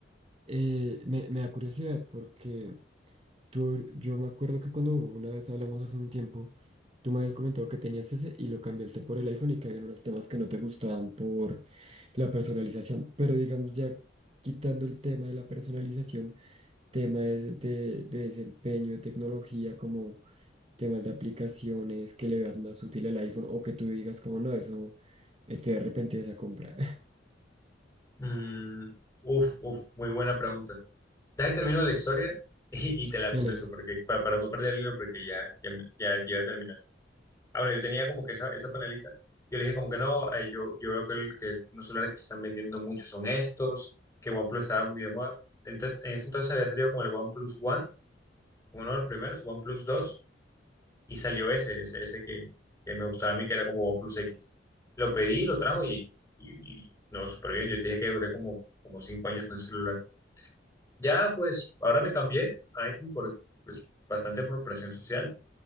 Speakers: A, on the right; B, on the left.
A: eh, me, me da curiosidad porque tú, yo me acuerdo que cuando una vez hablamos hace un tiempo, tú me habías comentado que tenías ese y lo cambiaste por el iPhone y que había unos temas que no te gustaban por la personalización. Pero digamos, ya quitando el tema de la personalización, tema de, de de desempeño, de tecnología, como... temas de aplicaciones que le veas más útil al iPhone o que tú digas como no, eso estoy arrepentido de esa compra. <laughs>
B: mm, uf, uf, muy buena pregunta. Dale, termino la historia <laughs> y, y te la
A: Dale,
B: contesto, porque pa- para, no perder el hilo, porque ya, ya, ya, ya iba a terminar. Ah, bueno, yo tenía como que esa, esa panelita. Yo le dije como que no, eh, yo, yo veo que, el- que los celulares que se están vendiendo mucho son estos, que OnePlus estaba muy de moda. Entonces, en ese entonces había salido como el OnePlus One, como uno de los primeros, OnePlus dos y salió ese, ese, ese que, que me gustaba a mí, que era como OnePlus X. Lo pedí, lo trajo y, y, y no, súper bien. Yo te dije que duré como, como cinco años con el celular. Ya, pues, ahora me cambié a iPhone por, pues, bastante por presión social